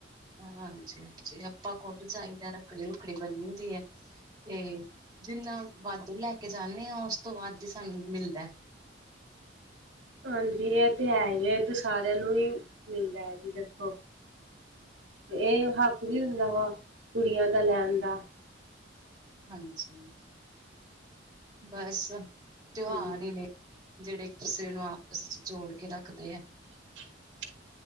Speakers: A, on the right; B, on the right.
A: ਹਾਂਜੀ -ਹਾਂਜੀ ਆਪਾਂ ਖੁੱਦ ਜਾਇਦਾ, ਰੱਖੜੀ- ਰੁੱਖੜੀ ਬੰਨੀ ਦੀ ਐ। ਤੇ ਜਿੰਨਾ ਵਾਧੁ ਲੈ- ਕੇ ਜਾਂਨੇ ਆਂ, ਓਸ ਤੋਂ ਵੱਧ ਈ ਸਾਨੂੰ ਮਿਲਦਾ।
B: ਹਾਂਜੀ, ਇਹ ਤੇ ਹੈ ਈ ਐ, ਇਹ ਤੇ ਸਾਰਿਆਂ ਨੂੰ ਹੀ ਮਿਲਦਾ ਹੈ ਜੀ ਦੇਖੋ ਤੇ ਏਹ ਹੱਕ ਵੀ ਹੁੰਦਾ ਵਾ, ਕੁੜੀਆਂ ਦਾ ਲੈਨ ਦਾ।
A: ਹਾਂਜੀ ਬਸ
B: ਹੂੰ।
A: ਤਿਉਹਾਰ ਈ ਨੇ। ਜੇਹੜੇ ਇਕ ਦੁਸਰੇ ਨੂੰ ਆਪਸ 'ਚ ਜੋੜ ਕੇ ਰੱਖਦੇ ਐ।
B: <unintelligible> <inaudible>